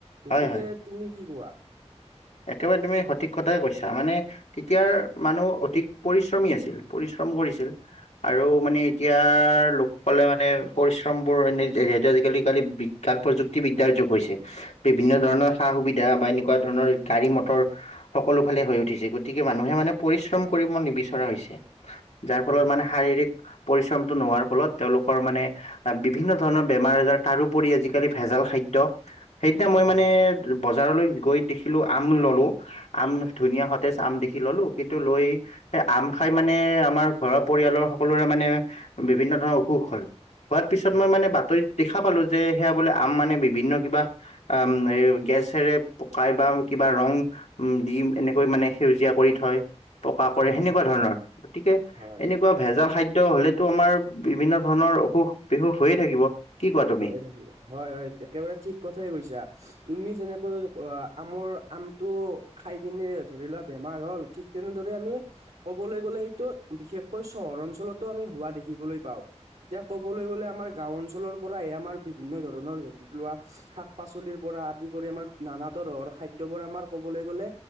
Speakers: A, on the right; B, on the left.
A: গতিকে
B: হয় হয়
A: তুমি কি কোৱা?
B: একেবাৰে তুমি সঠিক কথাই কৈছা মানে তেতিয়াৰ মানুহ অধিক পৰিশ্ৰমী আছিল, পৰিশ্ৰম কৰিছিল আৰু
A: হয়
B: মানে এতিয়াৰ লোককলে মানে পৰিশ্ৰমবোৰ এনেই যিহেতু আজিকালি কালি বিখ্যাত প্ৰযুক্তিবিদ্যাৰ যুগ হৈছে। বিভিন্ন
A: হয়
B: ধৰণৰ সা সুবিধা বা এনেকুৱা ধৰণৰ গাড়ী মটৰ সকলো ফালে হৈ উঠিছে, গতিকে মানুহে মানে পৰিশ্ৰম কৰিব নিবিচৰা হৈছে। যাৰ
A: হয়
B: ফলত
A: হয়
B: মানে শাৰীৰিক পৰিশ্ৰমটো নোহোৱাৰ ফলত তেওঁলোকৰ মানে বিভিন্ন ধৰণৰ বেমাৰ আজাৰ তাৰউপৰি আজিকালি ভেজাল খাদ্য সেইদিনা মই
A: হয়
B: মানে বজাৰলৈ গৈ দেখিলো আম ললো আম ধুনীয়া সতেজ আম দেখি ললো কিন্তু লৈ সে আম খাই মানে আমাৰ ঘৰৰ পৰিয়ালৰ সকলোৰে মানে বিভিন্ন ধৰণৰ অসুখ হল। হোৱাৰ পিছত
A: হয়
B: মই মানে বাতৰিত দেখা পালো যে সেয়া বোলে আম মানে বিভিন্ন কিবা আ, এই গেছেৰে পকাই বা কিবা ৰং উম, দি এনেকৈ মানে সেউজীয়া কৰি থয় পকা কৰে
A: হয়
B: সেনেকুৱা
A: হয়
B: ধৰণৰ, গতিকে
A: হয়
B: এনেকুৱা ভেজাল খাদ্য খাদ্য হলেতো আমাৰ বিভিন্ন ধৰণৰ অসুখ বিসুখ হৈয়ে থাকিব। কি কোৱা তুমি
A: হৈয়ে থাকিব। হয়, হয়, একেবাৰে ঠিক কথাই কৈছা তুমি যেনেকৈ আমৰ আমটো খাই কিনে ধৰি লোৱা বেমাৰ হ'ল ঠিক তেনেদৰে আমি কবলৈ গ'লে এইটো বিশেষকৈ চহৰ অঞ্চলতো আমি হোৱা দেখিবলৈ পাওঁ। এতিয়া ক'বলৈ গ'লে আমাৰ গাঁও অঞ্চলৰ পৰাহে আমাৰ বিভিন্ন ধৰণৰ ধতি লোৱা শাক পাচলিৰ পৰা আদি কৰি আমাৰ নানা তৰহৰ খাদ্যবোৰ আমাৰ ক'বলৈ গ'লে